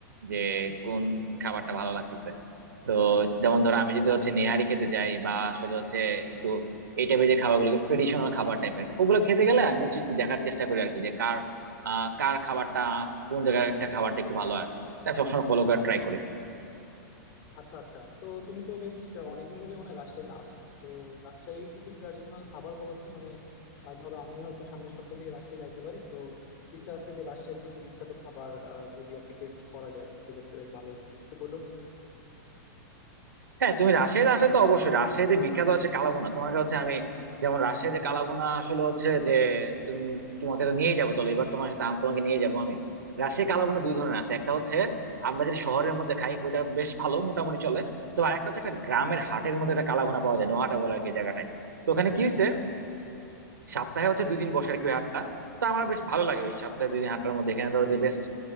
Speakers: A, on the right; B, on the left.
A: যে কোন খাবারটা ভালো লাগতেছে তো যেমন ধরো আমি যদি হচ্ছে নেহারি খেতে যাই বা আসলে হচ্ছে এই টাইপের যে খাবারগুলো ট্রেডিশনাল খাবার টাইপের ওগুলো খেতে গেলে আমি হচ্ছে একটু দেখার চেষ্টা করি আর কি যে কার আহ, কার খাবারটা কোন জায়গার একটা খাবারটা একটু ভালো আর কি তাই আমি সবসময় ফলো করার ট্রাই করি
B: আচ্ছা আচ্ছা তো তুমি তো বেশ অনেকদিন ধরে মানে রাজশাহীতে আছো তো রাজশাহীর কিছু ট্র্যাডিশনাল খাবার বলো তো মানে আহ, ধরো আমি হয়তো সামনের সপ্তাহের দিকে রাজশাহী যাইতে পারি তো ইচ্ছা আছে যে রাজশাহীর কিছু বিখ্যাত খাবার আহ, যদি আর কি টেস্ট করা যায় সেক্ষেত্রে বেশ ভালোই হয় তো বলো তো
A: হ্যাঁ তুমি রাজশাহীতে আসলে তো অবশ্যই রাজশাহীতে বিখ্যাত হচ্ছে কালাভুনা তোমাকে হচ্ছে আমি যেমন রাজশাহীতে কালাভুনা আসলে হচ্ছে যে তুমি তোমাকে তো নিয়ে যাবো চলো এবার তোমার সাথে আম- তোমাকে নিয়ে যাবো আমি রাজশাহী কালাভুনা দুই ধরনের আছে একটা হচ্ছে আমরা যেটা শহরের মধ্যে খাই ওটা বেশ ভালো মোটামুটি চলে তো আরেকটা হচ্ছে একটা গ্রামের হাটের মধ্যে একটা কালাভুনা পাওয়া যায় নোহাটা বলে আর কি জায়গাটায় তো ওখানে কি হয়েছে সপ্তাহে হচ্ছে দুই দিন বসে আর কি ওই হাটটা তো আমার বেশ ভালো লাগে ওই সপ্তাহে দুই দিন হাটটার মধ্যে এখানে ধরো যে বেস্ট